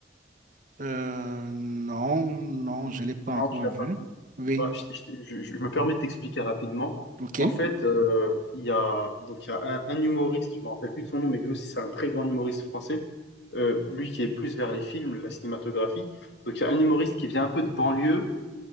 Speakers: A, on the right; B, on the left.
A: Euh, non, non, je ne l'ai pas
B: non,
A: encore
B: tu l'as
A: vu.
B: pas. vu.
A: Oui,
B: Bah, je, je- je- je me permets de t'expliquer rapidement.
A: ok.
B: En fait, euh, il y a, donc, il y a un, un humoriste, je me rappelle plus de son nom, mais lui aussi, c'est un très grand humoriste français. Euh, lui qui est plus vers les films, la cinématographie. Donc, il y a un humoriste qui vient un peu de banlieue